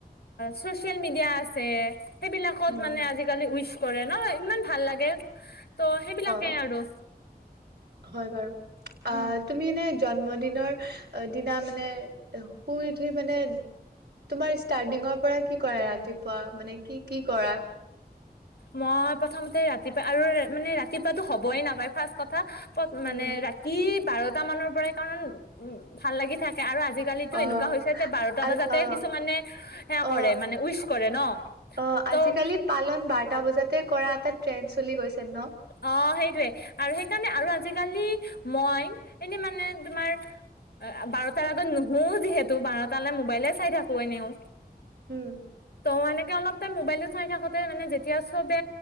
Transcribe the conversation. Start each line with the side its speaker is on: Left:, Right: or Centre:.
Left: ছচিয়েল মিডিয়া আছে সেইবিলাকত
Right: উম
Left: মানে আজিকালি উইচ কৰে ন ইমান ভাল লাগে ত সেইবিলাকে
Right: অ
Left: আৰু
Right: হয় বাৰু অ
Left: উম
Right: তুমি এনে জন্ম দিনৰ দিনা মানে শুই উঠি মানে তোমাৰ ষ্টাডিঙৰ পৰা কি কৰা ৰাতিপুৱা মানে কি কি কৰা
Left: মই প্ৰথমতে ৰাতিপুৱা আৰু মানে ৰাতিপুৱাতো হ'বই নাপায় ফাৰ্ষ্ট কথা পত মানে
Right: উম
Left: ৰাতি বাৰটা মানৰ পৰাই কাৰণ উ ভাল লাগি থাকে আৰু আজি আজিকালিতো
Right: অ
Left: এনেকুৱা হৈছে যে বাৰটা
Right: আ
Left: বজাতে
Right: অ
Left: কিছুমানে সেয়া
Right: অ
Left: কৰে মানে উইচ কৰে ন
Right: অ
Left: ত'
Right: আজিকালি পালন বাৰটা বজাতে কৰা এটা ট্ৰেইন চলি গৈছে ন
Left: অ সেইটোৱে আৰু সেই সেইকাৰণে আৰু আজিকালি মই এনে মানে তোমাৰ বাৰটাৰ আগত নুশু যিহেতু বাৰটালৈ মোবাইলে চাই থাকো এনেও
Right: উম
Left: ত এনেকে অলপ মোবাইলটো চাই থাকোতে মানে যেতিয়া চবে